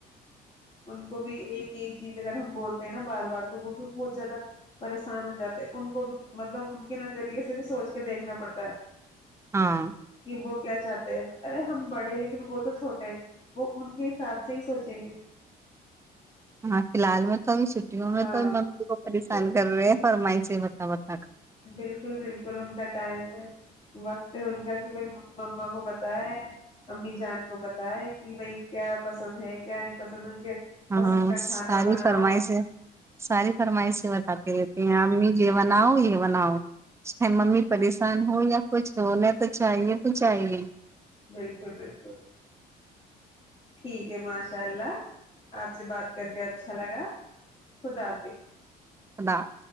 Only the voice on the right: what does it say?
ہاں
ہاں فی الحال میں توب چھٹیوں میں
تو ممی کو
پریشان کر رہے ہیں فرمائ سے ہے بتات
ہاں
ساری
فرمائی سے ساری فرمائی سے بتاتے رہتے ہیں امی جی بنا بناؤ یہ بناؤ چاہ ممی پریشان ہو یا کچھ ہونے تو چاہیے تو چاہیے
الدا <unintelligible>